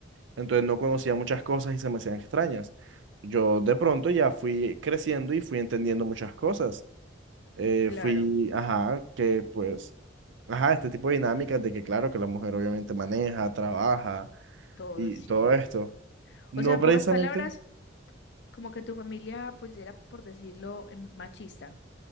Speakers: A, on the right; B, on the left.
A: entonces no conocía muchas cosas y se me hacían extrañas. Yo de pronto ya fui creciendo y fui entendiendo muchas cosas eh,
B: claro.
A: fui, ajá, que pues, ajá, este tipo de dinámicas de que claro que la mujer obviamente maneja, trabaja
B: Todo,
A: y
B: sí.
A: todo esto. No
B: O sea, en
A: precisamente,
B: pocas palabras, como que tu familia, pues era, por decirlo, em, machista.